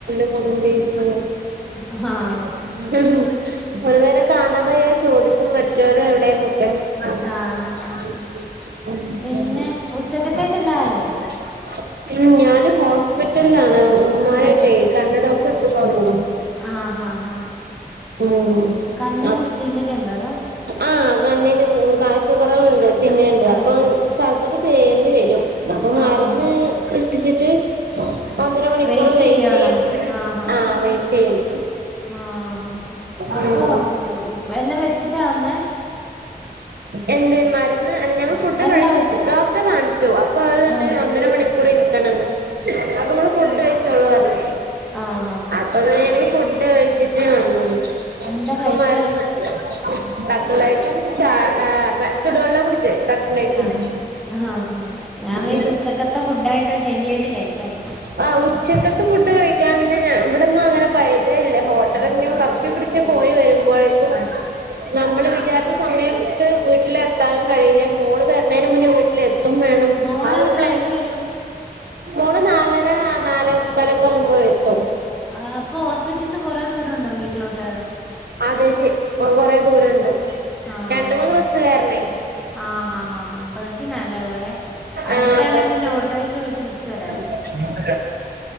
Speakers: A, on the right (about 85°); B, in the centre.
A: <unintelligible>
B: ആഹ്
A: കാണാതായാ ചോദിക്കും മറ്റാരെവടെന്നൊക്കെ <unintelligible>
B: ആഹ് ആഹ് പിന്നെ ഉച്ചക്കത്തേക്കെല്ലാം ആയോ
A: ഉം ഞാന് ഹോസ്പിറ്റലിലാണ് ഉമ്മാനിട്ടെ
B: ഓഹ്
A: കണ്ണ് ഡോക്ടറെ അടുത്ത്ക്ക് വന്നതാ
B: ആഹ് ആഹ് ആഹ്
A: ഉം
B: കണ്ണിനെന്താ
A: അ
B: തിമിരണ്ടോ അതോ
A: ആഹ് കണ്ണിന് കാഴ്ച കൊറവുണ്ട് തിമിരണ്ട്
B: ആഹ്
A: അപ്പം സർജറി ചെയ്യണ്ടി വരും അപ്പൊ
B: ആഹ്
A: മരുന്ന് ഉറ്റിച്ചിട്ട് ഒന്നര മണിക്കൂറ്
B: വെയിറ്റ്
A: വെയ്
B: ചെയ്യാണോ
A: റ്റയ്യും
B: ആഹാ
A: ആഹ് വെയിറ്റയ്യും
B: ആഹാ അപ്പൊ
A: ഉം
B: എല്ലാം വെച്ചിട്ടാ വന്നേ
A: എന്ത് മരുന്ന് അല്ല ഞങ്ങ ഫുഡ്
B: അല്ല
A: കഴിച്ചിട്ട്
B: ഉ
A: ഡോക്ടറെ കാണിച്ചു അപ്പൊ അവര് പറഞ്ഞു
B: ആഹ്
A: ഒന്നര മണിക്കൂർ ഇരിക്കണംന്ന് അപ്പൊ നിങ്ങള് ഫുഡഴിച്ചോളു പറഞ്ഞ്
B: ആഹ് ആഹ്
A: അപ്പ പിന്നെ ഞങ്ങള് ഫുഡ് കഴിച്ചിട്ട് വന്നത്
B: എന്താ
A: ഇപ്പൊ
B: കഴിച്ചേ
A: മരുന്ന് കട്ടലയ്റ്റും ചാ എഹ് എഹ് ചുടുവെള്ള കുടി ചെ കട്ലെറ്റും
B: ആഹ് ആഹാ ഞാൻ
A: ഉം
B: വിചാരിച്ചു ഉച്ചക്കത്തെ ഫുഡായിട്ട് ഹെവി ആയിട്ട് കഴിച്ചോന്ന്
A: ആഹ് ഉച്ചക്കത്തും ഫുഡ് കഴിക്കാൻ പിന്നെ ഇവിടൊന്നും അങ്ങനെ പരിചയല്ല ഹോട്ടല് ഇഞ്ഞ് തപ്പി പിടിച്ച് പോയി വരുമ്പോഴേക്കും നമ്മള് വിചാരിച്ച സമയത്ത് വീട്ടിലെത്താനും കഴിയില്ല മോള് വരണേന് മുന്നേ വീട്ടിലെ ത്തും വേണം
B: മോള്
A: ആ ഒരു
B: എത്ര
A: പ്ലാനിംഗ്
B: മണിക്ക് വരും
A: മോള് നാലര നാലേ മുക്കാലൊക്കെ ആകുമ്പോ എത്തും
B: ആഹ് അപ്പൊ ഹോസ്പ്പിറ്റൽന്ന് കൊറേ ദൂര ഉണ്ടോ വീട്ടിലോട്ട്
A: ആതേ ശി കൊറേ ദൂരണ്ട്
B: ആഹ്
A: രണ്ട് മൂന്ന് ബസ് കേറണേ
B: ആഹ് ആഹ് ആഹ് ബസ്സിനാല്ലേ പോയേ അട്ത്താണേ
A: ആഹ് ബസ്
B: പിന്നെ ഓട്ടോയ്ക്ക് പോയിട്ട് തിരിച്ചു വരായിരുന്നു
A: <unintelligible> ആഹ്